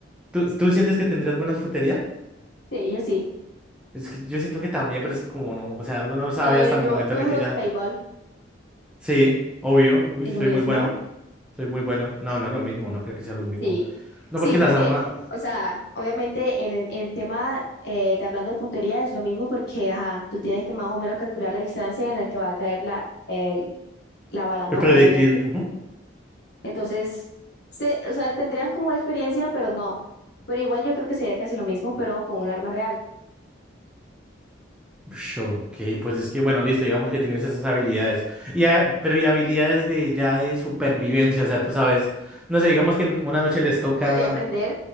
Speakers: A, in the centre; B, on the left (about 60°).
A: tú, tú sientes que tendrías buena fruterías?
B: Sí, yo sí.
A: Es que yo siento que también, pero es que como no, o sea, uno no sabe
B: A ver,
A: hasta el
B: yo,
A: momento
B: tú
A: en
B: has
A: el
B: jugado
A: que ya.
B: en paintball,
A: Sí, obvio. Uy,
B: es
A: soy
B: lo mismo.
A: muy bueno. Soy muy bueno. No, no es lo mismo, no creo que sea lo mismo.
B: Sí,
A: No,
B: sí,
A: porque
B: porque,
A: las armas.
B: o sea, obviamente en el en tema eh, de hablando de puntería es lo mismo porque, ajá, tú tienes que más o menos calcular la distancia en la que va a caer la, el- la bala, ¿no?
A: El proyectil.
B: Obviamente.
A: ujú.
B: Entonces, se- o sea, tendrías como experiencia, pero no. Pero igual yo creo que sería casi lo mismo, pero con un arma real.
A: Ush, ok, pues es que, bueno, listo, digamos que tienes esas habilidades. Y, ah, pero y habilidades de ya de supervivencia, o sea, tú sabes. No sé, digamos que en una noche les toca.
B: ¿Podría aprender,